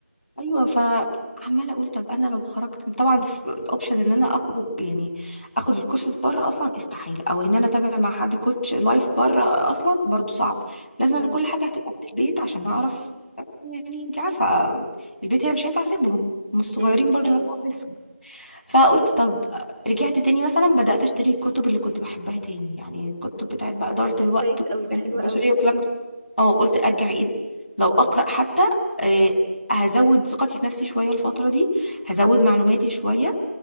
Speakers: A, on the left; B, on the right.
A: ايوه فعماله اقول طب انا لو خرجت طبعا الاوبشن ان انا اخرج يعني اخد الكورسز بره اصلا استحاله او ان انا اتابع مع حد كوتش لايف بره اصلا برضو صعب لازم
B: امم
A: كل حاجه هتبقى من البيت عشان اعرف يعني انت عارفه آه، البيت هنا مش هينفع اسيبهم هم صغيرين
B: امم
A: برضو
B: ايوه
A: يعتبر لسه فقلت طب رجعت تاني مثلا بدات اشتري الكتب اللي كنت بحبها تاني يعني الكتب بتاعت بقى اداره
B: طب ده
A: الوقت
B: كويس قوي ده
A: والتنمية
B: حلو
A: البشريه
B: قوي
A: والكلام ده اه قلت ارجع ايه ده لو اقرا حتى آه هزود ثقتي في نفسي شويه الفتره دي هزود معلوماتي شويه